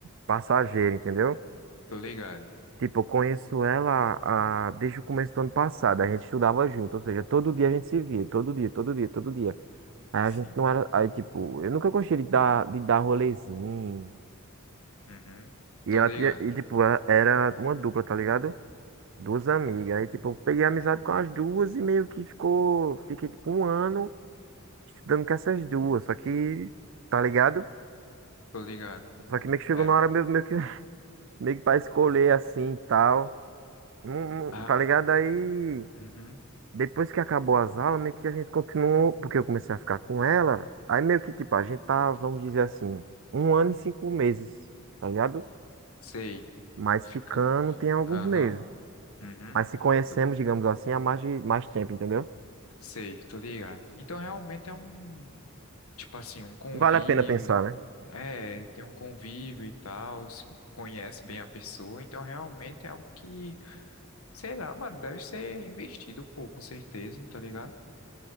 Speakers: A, on the right; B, on the left.
A: passageira, entendeu?
B: tô ligado.
A: Tipo, eu conheço ela ah, desde o começo do ano passado. A gente estudava junto, ou seja, todo dia a gente se via, todo dia, todo dia, todo dia. Aí a
B: Sim.
A: gente não era. Aí, tipo, eu nunca gostei de dar, de dar rolezinho.
B: Uhum.
A: E
B: Tô
A: ela
B: ligado.
A: tinha, e tipo, ela- era uma dupla, tá ligado? Duas amigas.
B: Co-
A: Aí, tipo, eu peguei amizade com as duas e meio que ficou, fiquei tipo um ano estudando com essas duas. Só que, tá ligado?
B: Tô ligado.
A: Só que meio que chegou
B: Era.
A: na hora meio, meio que, <laughs> meio que pra escolher assim e tal. Não-
B: Ah,
A: não- tá ligado? Aí,
B: uhum.
A: depois que acabou as aulas, meio que a gente continuou, porque eu comecei a ficar com ela. Aí meio que, tipo, a gente tá, vamos dizer assim, um ano e cinco meses, tá ligado?
B: Sei.
A: Mas
B: Fica.
A: ficando tem alguns
B: Aham.
A: meses.
B: Uhum.
A: Mas se conhecemos,
B: Tô-
A: digamos assim, há mais de mais tempo, entendeu?
B: Sei, tô ligado. Então realmente é um. Tipo assim, um convívio.
A: Vale a pena pensar, né?
B: É, tem um convívio e tal. s- Conhece bem a pessoa. Então realmente é algo que. Sei lá, mano, deve ser investido, pô, com certeza, tá ligado?